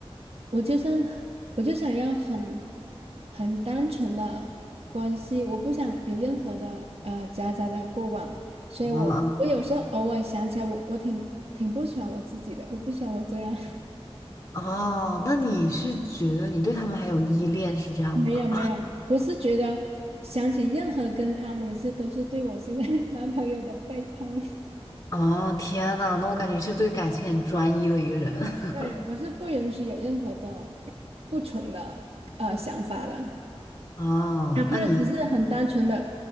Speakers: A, on the right; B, on the left.
A: 我就是，我就想要很很单纯的关系，我不想有任何的呃夹杂的过往，所以我我有时候偶尔想起来我，
B: 嗯嗯，
A: 我挺挺不喜欢我自己的，我不喜欢我这样。<laughs>
B: 哦，那你是觉得你对他们还有依恋是这样吗？
A: 没有没有，我是觉得想起任何跟他们的事，都是对我现在 <laughs> 男朋友的背叛。
B: 啊，天呐，那我感觉是对感情很专一的一个人
A: <laughs>
B: <laughs>
A: 对，我是不允许有任何的不纯的呃想法的，
B: 啊。
A: 哪怕只是很单纯的，
B: 那你